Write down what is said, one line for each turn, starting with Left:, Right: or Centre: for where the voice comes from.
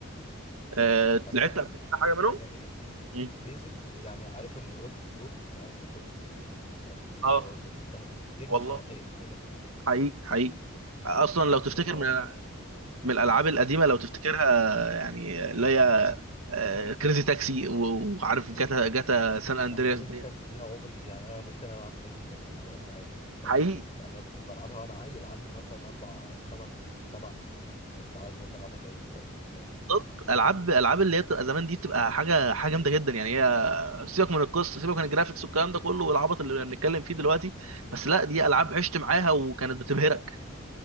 Right: آه،
Left: انا
Right: لعبت
Left: بحب
Right: قبل كده
Left: الحاجات
Right: حاجه
Left: اللي
Right: منهم؟
Left: هي ايه
Right: مم.
Left: بيزك يعني عارف الاولد از جولد عارف مقولة ان القديم
Right: اه
Left: هو اللي فيه الذهب الدهن
Right: والله
Left: في العتاقي من الاخر
Right: حقيقي حقيقي اصلا لو تفتكر
Left: هو انا
Right: من
Left: بحب ال...
Right: من الالعاب القديمه لو تفتكرها يعني اللي هي كريزي تاكسي وعارف جاتا جاتا سان اندرياس
Left: او كريزي
Right: ديت
Left: تاكسي دي انا عمري يعني انا ممكن العب كريزي تاكسي دلوقتي عادي فاهم
Right: حقيقي
Left: مع ان انا كنت بلعبها وانا عيل عندي مثلا اربع خمس سبع سنين بس عادي ممكن العبها تاني دلوقتي فاهم
Right: بالظبط العاب العاب اللي هي بتبقى زمان دي بتبقى حاجه حاجه جامده جدا يعني هي سيبك من القصه سيبك من الجرافيكس والكلام ده كله والعبط اللي بنتكلم فيه دلوقتي بس لا دي العاب عشت معاها وكانت بتبهرك